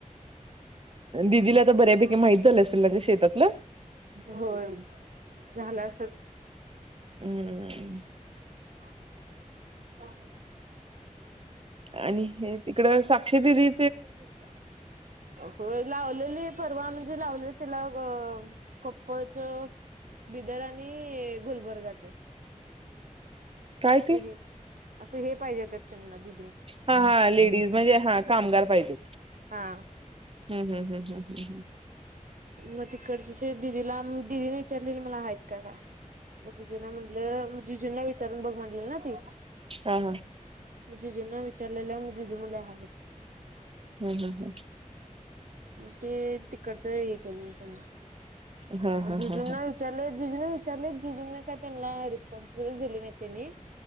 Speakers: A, on the right; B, on the right.
A: दिदीला तर बऱ्यापैकी माहित झालं लगे येतातलं
B: हो झालं अस
A: हम्म
B: ह अ
A: आणि हे तिकड साक्षी दिदी
B: हो लावलेली परवा म्हणजे जे लाव त्याला कप्पच बिदर आणि गुलबर्गाच
A: प्रायती
B: असं हे असं हे पाहिजेेतात त्यांना दि
A: हा हा लेडीज म्हणजे हा कामगार पाहिजे
B: हा
A: हम्म हम्म. हम्म, हम्म, हम्म, हम्म, हम्म.
B: मग तिकडचं ते दिदीला दिदीने विचारलेली मला आहेत का. मग दिदिला म्हटलं जिजुना विचारून बघ म्हटलेलं ना ती.
A: हा हा.
B: जिजूनना विचारलेला जिजु म्हटले हा.
A: हम्म हम्म हम्म.
B: मग ते तिकडचं हे केले त्यांना.
A: हा हा
B: जिजुना
A: हा
B: विचरले जीजीने विचारले जीजू काय त्यांना रिस्पॉन्सिबिलिटी दिली नाही त्यांनी.